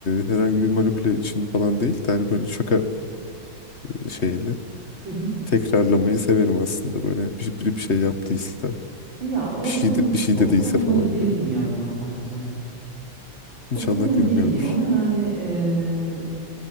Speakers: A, on the left (about 35°); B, on the right (about 70°).
A: herhangi bir manipüle için falan değil de hani böyle şaka e, şeyli
B: Hı hı.
A: tekrarlamayı severim aslında böyle bir, biri bir şey yaptıysa
B: Ya o
A: bir şey
B: tam
A: de, bir şey
B: o
A: dediyse
B: tam ona
A: falan
B: girmiyor
A: böyle.
B: ya bence.
A: İnşallah
B: O tam ona girmiyor
A: gülmüyordur.
B: ama yani eee,